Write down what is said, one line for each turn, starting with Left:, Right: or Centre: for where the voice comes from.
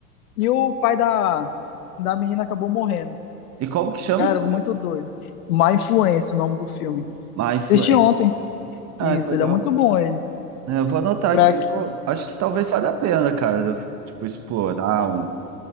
Left: e o pai da, da menina acabou morrendo.
Right: E como que chama
Left: Cara,
Right: esse filme?
Left: muito doido. Má Influência, o nome do filme.
Right: My Influence.
Left: Assisti ontem. Isso,
Right: Ah, que legal.
Left: ele é muito bom, ele.
Right: É, Eu vou anotar
Left: Pra...
Right: aqui. Pô, Acho que talvez valha a pena, cara, eu, tipo, explorar um,